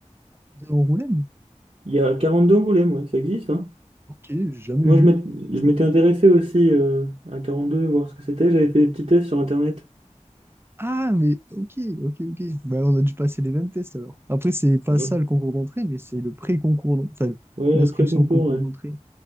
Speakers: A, on the right; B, on the right.
A: 42 Angoulême?
B: Il y a 42 Angoulême, ouais, ça existe, hein.
A: Ok, j'ai jamais
B: Moi,
A: vu.
B: je m'ét- je m'étais intéressé aussi euh, à 42, voir ce que c'était. J'avais fait des petits tests sur Internet.
A: Ah, mais ok, ok, ok. Bah, on a dû passer les mêmes tests alors. Après, c'est pas
B: Ouais,
A: ça le concours d'entrée, mais c'est le pré-concours, d'en- enfin,
B: ouais,
A: l'inscription
B: pré-concours,
A: au concours
B: ouais.
A: d'entrée.